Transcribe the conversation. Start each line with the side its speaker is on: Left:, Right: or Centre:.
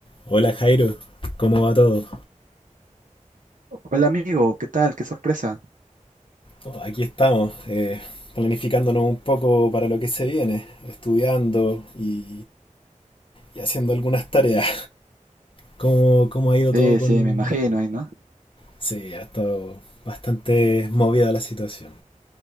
Left: Hola Jairo, ¿cómo va todo?
Right: Hola amigo, ¿qué tal? Qué sorpresa.
Left: Oh, aquí estamos, eh, planificándonos un poco para lo que se viene, estudiando y, y haciendo algunas tareas. ¿Cómo, cómo ha ido
Right: Sí,
Left: todo con...?
Right: sí, me imagino ahí, ¿no?
Left: Sí, ha estado bastante movida la situación.